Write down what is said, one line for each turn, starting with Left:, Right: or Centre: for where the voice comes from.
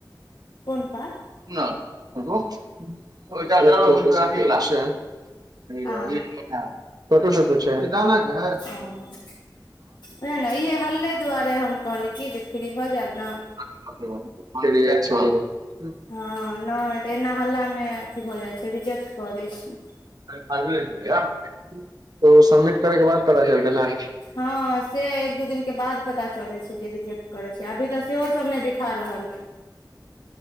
Left: कोन पाय?
Right: <unintelligible> <unintelligible>
Left: आ
Right: छोटू सबके छै। किए आनय के ऐ?
Left: ओ। उहे न इहे हल्ले दुआरे हम कहलीयै कि जे फ्री भऽ जायब न।
Right: <unintelligible> डिरीयाय छै पुरा।
Left: हँ नहि तऽ एना हल्ला मे अथी भऽ जाइ छै रिजेक्ट कऽ दै छै।
Right: <unintelligible> तऽ ओ सबमिट करैके बाद पता चलतै ने।
Left: हँ से एक दू दिन के बाद पता चले छै जे रिजेक्ट करे छै अभी तऽ सेहो सब नहि दिखा रहल है।